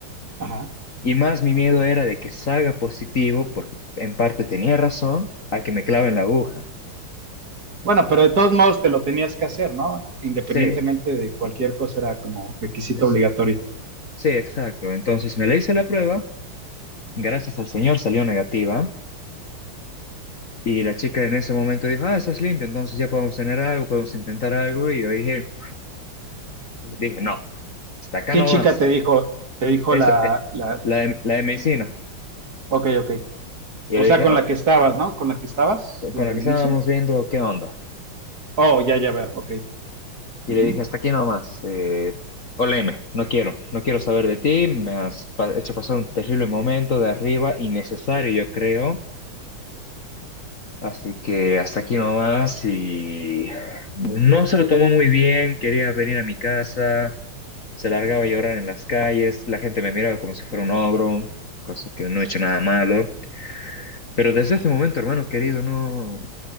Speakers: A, on the right (about 45°); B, on the left (about 40°).
A: Ajá.
B: y más mi miedo era de que salga positivo, porque en parte tenía razón, a que me claven la aguja.
A: Bueno, pero de todos modos te lo tenías que hacer, ¿no? Independientemente
B: Sí,
A: de cualquier
B: eh,
A: cosa, era como requisito
B: es-
A: obligatorio.
B: sí, exacto. Entonces me le hice la prueba, gracias al Señor salió negativa y la chica en ese momento dijo, ah, estás limpio, entonces ya podemos tener algo, podemos intentar algo y yo dije, dije, no, hasta acá
A: ¿Qué
B: nomás.
A: chica te dijo? Te dijo
B: Esa,
A: la,
B: eh,
A: la,
B: la de, la de medicina.
A: ok, ok.
B: Y
A: O
B: yo le
A: sea,
B: dije,
A: con
B: no,
A: la que estabas, ¿no? Con la que estabas
B: con
A: desde
B: con la
A: el
B: que estábamos
A: inicio.
B: viendo, ¿qué onda?
A: Oh, ya, ya veo, ok.
B: Y
A: Ujú,
B: le dije, hasta aquí nomás, eh, oleme, no quiero, no quiero saber de ti, me has pa- hecho pasar un terrible momento de arriba, innecesario, yo creo. Así que hasta aquí nomás y no se lo tomó muy bien, quería venir a mi casa, se largaba a llorar en las calles, la gente me miraba como si fuera un ogro, cosa que no he hecho nada malo. Pero desde ese momento, hermano querido, no.